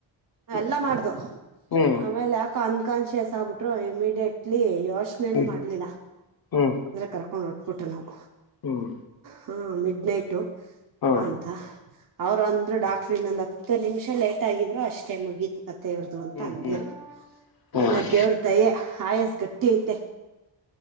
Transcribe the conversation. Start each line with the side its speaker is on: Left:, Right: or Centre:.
Right: ಎಲ್ಲ ಮಾಡ್ದ
Left: ಹ್ಮ್
Right: ಆಮೇಲೆ ಯಾಕ ಕನ್ ಕಾನ್ ಶೇಸ್ ಆಗ್ಬಿಟ್ರು ಇಮಿಡಿಯೇಟ್ಲಿ ಯೋಚನೆನೆ
Left: ಹ್ಮ್
Right: ಮಾಡ್ಲಿಲ್ಲ
Left: ಹ್ಮ್
Right: ಕರ್ಕೊಂಡ್ಡೋಬಿಟ್ಟ ನಾವು
Left: ಹ್ಮ್
Right: ಹಾ ಮಿಡ್ ನೈಟು
Left: ಹಾ
Right: ಹಂತ ಅವ್ರು ಅಂದ್ರು ಡಾಕ್ಟ್ರು ಇನ್ನೊಂದು ಹತ್ತು ನಿಮಿಷ ಲೇಟ್ ಆಗಿದ್ರು ಅಷ್ಟೇ ಮುಗೀತು ಕಥೆ ಇರದು ಅಂತ
Left: ಹ್ಮ್
Right: ಅಂದಿರು
Left: ಹ್ಮ್ ಹ್ಮ್
Right: ಏನ ದೇವ್ರ ದಯ ಆಯಾಸ ಗಟ್ಟಿ ಐತೆ